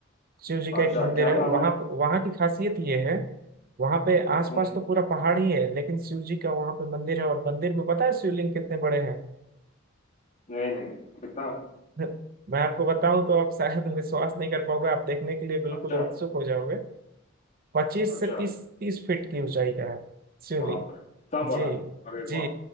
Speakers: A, on the right; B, on the left.
A: शिव जी का
B: अच्छा
A: एक मंदिर
B: क्या
A: है वहाँ
B: नाम है
A: पे- वहाँ की खासियत ये है वहाँ पे आसपास
B: हम्म
A: तो पूरा पहाड़ ही है लेकिन शिव जी का वहाँ पे मंदिर है और मंदिर में पता है शिवलिंग कितने बड़े हैं
B: नहीं नहीं कितना
A: <laughs> मैं आपको बताऊं तो आप शायद विश्वास नहीं कर पाओगे आप देखने के लिए बिल्कुल
B: अच्छा
A: उत्सुक हो जाओगे पच्चीस
B: अच्छा
A: से तीस तीस फीट की ऊंचाई का है शिवलिंग
B: बाप रे कितना बड़ा
A: जी
B: अरे
A: जी
B: वाह